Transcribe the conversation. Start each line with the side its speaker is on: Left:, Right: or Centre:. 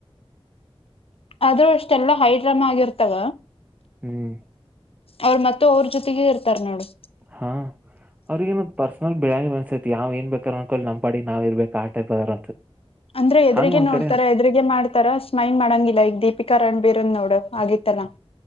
Left: ಅದು ಅಷ್ಟೆಲ್ಲಾ ಹೈಡ್ರಮ್ ಆಗಿರ್ತವ
Right: ಹ್ಮ್
Left: ಅವ್ರ ಮತ್ತ ಅವ್ರ ಜೊತೆಗೆ ಇರ್ತಾರ ನೋಡು
Right: ಹಾ ಅವ್ರಗಏ ಪರ್ಸನಲ್ ಬಿಳೆ ಅನ್ಸೈತಿ ಯಾವ ಏನ್ ಬೇಕಾರ ಅನ್ಕೋ ನಮ್ಮಾಡಿಾವ ಇರ್ಬೇಕ ಆ ಟೈಪ್ ಅದ ಅಂತ
Left: ಅಂದ್ರೆ ಎದ್ರಗೆ
Right: ಹಂಗ್ ಒಂದ್
Left: ನೋಡ್ತಾರ
Right: ಕಡೆ
Left: ಎದ್ರಿಗೆ ಮಾಡ್ತಾರ ಸ್ಮೈಲ್ ಮಾಡಂಗಿಲ್ಲ ಈಕ್ ದೀಪಿಕಾ ರಣ್ಬೀರಂದ ನೋಡು ಆಗಿ ತ್ತರ